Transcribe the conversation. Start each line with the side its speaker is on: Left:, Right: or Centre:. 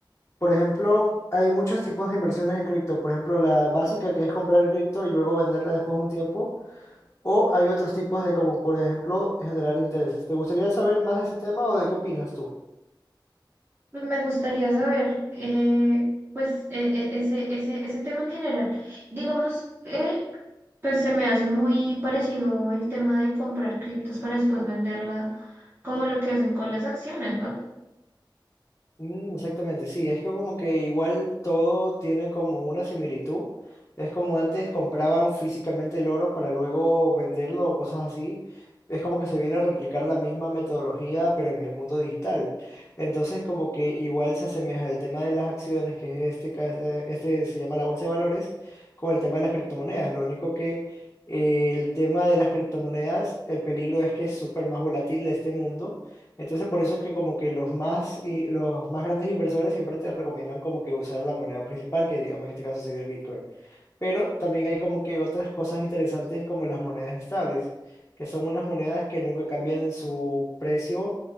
Left: Por ejemplo, hay muchos tipos de inversiones en cripto. Por ejemplo, la básica que es comprar el cripto y luego venderla después de un tiempo. O hay otros tipos de como, por ejemplo, generar intereses. ¿Te gustaría saber más de ese tema o de qué opinas tú?
Right: Pues me gustaría saber, eh, pues, e- e- ese, ese, ese tema en general. Digamos, eh, pues se me hace muy parecido el tema de comprar criptos para después venderla, como lo que hacen con las acciones, ¿no?
Left: Mm, Exactamente, sí, es que como que igual todo tiene como una similitud. Es como antes compraban físicamente el oro para luego venderlo o cosas así. Es como que se viene a replicar la misma metodología, pero en el mundo digital. Entonces como que igual se asemeja el tema de las acciones, que es este, ca- eh, este se llama la bolsa de valores, con el tema de las criptomonedas. Lo único que eh, el tema de las criptomonedas, el peligro es que es súper más volátil de este mundo entonces, por eso que como que los más, i- los más grandes inversores siempre te recomiendan como que usar la moneda principal, que digamos en este caso sería el Bitcoin. Pero también hay como que otras cosas interesantes como las monedas estables, que son unas monedas que nunca cambian su precio